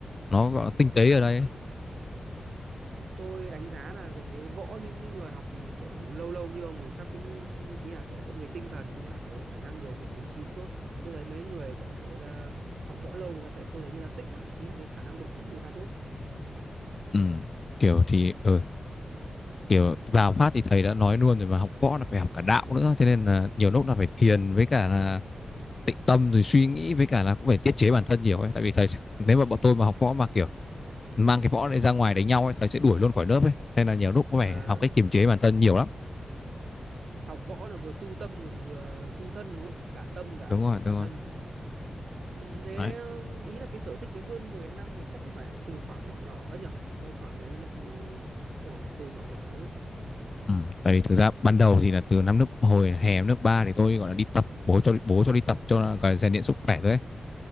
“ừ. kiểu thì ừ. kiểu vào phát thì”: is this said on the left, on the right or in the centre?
Left